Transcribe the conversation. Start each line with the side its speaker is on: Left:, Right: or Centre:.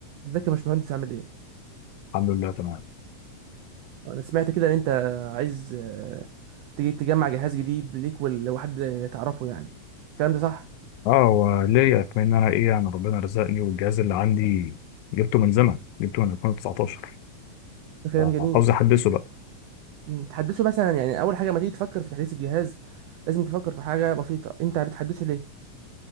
Right: تذكر مش مهندس عملين؟
Left: الحمد لله تمام
Right: نسميتها كذا اللي أنت عايز تيجي تجمع جهاز جديد ليك ولا واحد يتعرفه يعني. الكلام ده صح؟
Left: اه هو ليا كمان إن انا ايه انا ربنا رزقني والجهاز اللي عندي جبته من زمن جبته من 2019
Right: الكلام
Left: فعاوز
Right: جميل.
Left: احدثه بقى
Right: م، تحدثه بس أنا يعني أول حاجة ما تيجي تفكر في تحديث الجهاز لازم تفكر في حاجة بسيطة. أنت بتحدسه ليه؟